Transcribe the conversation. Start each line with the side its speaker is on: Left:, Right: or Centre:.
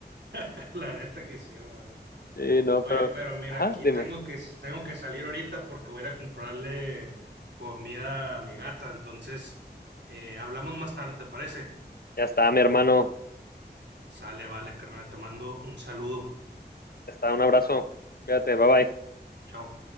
Right: <laughs> La neta que sí, hermano.
Left: Sí, no,
Right: Oye,
Left: pero,
Right: pero mira,
Left: ajá,
Right: aquí
Left: dime.
Right: tengo que, tengo que salir ahorita porque voy a ir a comprarle comida a mi gata. Entonces, eh, hablamos más tarde, ¿te parece?
Left: Ya está, mi hermano.
Right: Sale, vale, carnal, te mando un saludo.
Left: Ya está, un abrazo. Cuídate, bye bye.
Right: Chao.